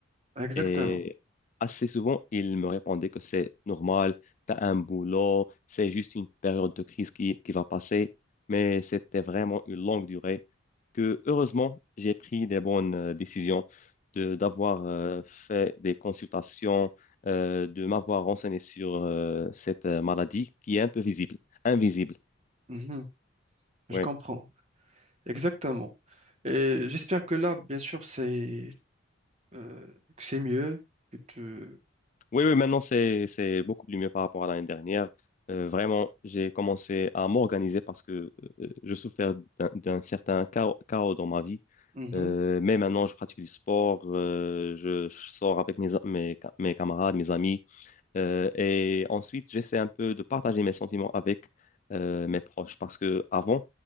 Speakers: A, on the right (about 35°); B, on the left (about 35°).
A: exactement.
B: Et assez souvent, il me répondait que c'est normal, t'as un boulot, c'est juste une période de crise qui, qui va passer. Mais c'était vraiment une longue durée que, heureusement, j'ai pris des bonnes euh, décisions de, d'avoir euh, fait des consultations, euh, de m'avoir renseigné sur euh, cette euh, maladie qui est un peu visible, invisible.
A: Mhm, je
B: Ouais.
A: comprends. Exactement. Et j'espère que là, bien sûr, c'est euh, que c'est mieux que tu.
B: Oui, oui, maintenant c'est c'est beaucoup plus mieux par rapport à l'année dernière. Euh, vraiment, j'ai commencé à m'organiser parce que euh, je souffrais d'un d'un certain chaos, chaos dans ma vie.
A: Mhm,
B: Euh, mais maintenant, je pratique du sport, euh, je, je sors avec mes, a- mes, ca- mes camarades, mes amis. Euh, et ensuite, j'essaie un peu de partager mes sentiments avec euh, mes proches parce que avant,